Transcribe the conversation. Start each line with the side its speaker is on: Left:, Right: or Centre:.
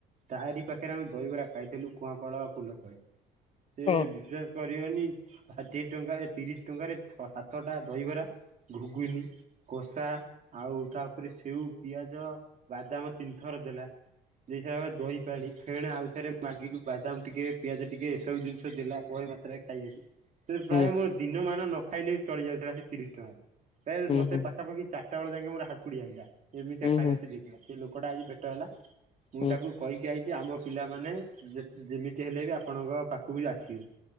Right: ତାରି ପାଖରେ ଆମେ ଦହିବରା ଖାଇଥିଲୁ କୁଆଁପାଳ ପୋଲ ତଳେ ସେ
Left: ହଁ
Right: ବି ଶ୍ୱାସ କରିବନି ଷାଠିଏ ଟଙ୍କା ଏ ତିରିଶ ଟଙ୍କାରେ ଛଅ ସାତ ଟା ଦହିବରା। ଘୁଗୁନି, କଷା, ଆଉ ତା ଉପରେ ସେଉ, ପିଆଜ, ବାଦାମ, ତିନିଥର କି ଦେଲା। ଦେଇସରିଲା ପରେ ଦହି ପାଣି ଫେଣେ ଆଉଥରେ ମାଗିଲୁ ବାଦାମ ଟିକେ ପିଆଜ ଟିକେ ଏସବୁ ଜିନିଷ ଦେଲା ପ ଏତେ ମାତ୍ରାରେ ଖାଇଦେଇଚି। ସେ ପ୍ରାୟ
Left: ହୁଁ
Right: ମୋର ଦିନମାନା ନ ଖାଇଲେ ବି ଚଳି ଯାଉଥିଲା ସେ ତିରିଶ ଟଙ୍କାରେ ପ୍ରାୟ
Left: ହୁଁ
Right: ମୋତେ
Left: ହୁଁ
Right: ପାଖାପାଖି ଚା ଚାରିଟା ବେଳେ ଯାଇକି ମୋର ହାକୁଡି ଆଇିଲ ଏମିତିକା
Left: ହୁଁ
Right: ଖାଇବା
Left: ହୁଁ
Right: ସେ ଦେଇଥିଲା ସେ ଲୋକଟା ଆଜି ଭେଟ ହେଲା। ମୁଁ
Left: ହୁଁ
Right: ତାକୁ କହିକି ଆଇଚି କି ଆମ ପିଲାମାନେ ଯେମିତି ହେଲେ ବି ଆପଣଙ୍କ ପାଖକୁ ଆସିବେ।